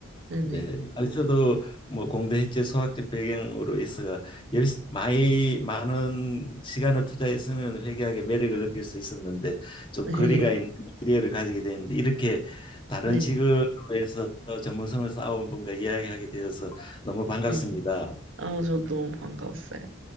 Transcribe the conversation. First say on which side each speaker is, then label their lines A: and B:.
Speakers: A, on the right; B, on the left.
A: 네네.
B: 네, 아니 저도 뭐 공대 해체 수학적 배경으로 해서 열 많이 많은 시간을 투자했으면 회계학의 매력을 느낄 수 있었는데 좀
A: <laughs> 네,
B: 거리가 있는 캐리어를 가지게 되는데 이렇게 다른
A: 네,
B: 직업에서 전문성을 쌓아온 분과 이야기하게 되어서 너무 반갑습니다.
A: 네. 아, 저 너무 반가웠어요.